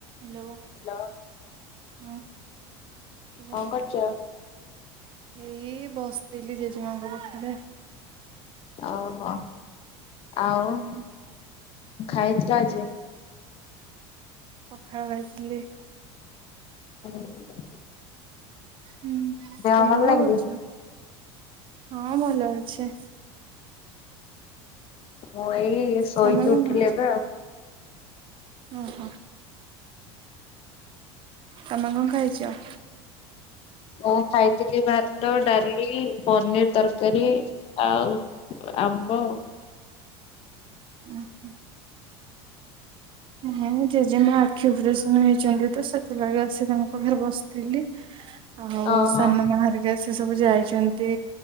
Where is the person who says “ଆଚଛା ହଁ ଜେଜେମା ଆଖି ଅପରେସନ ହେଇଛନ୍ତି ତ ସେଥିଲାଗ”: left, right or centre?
Right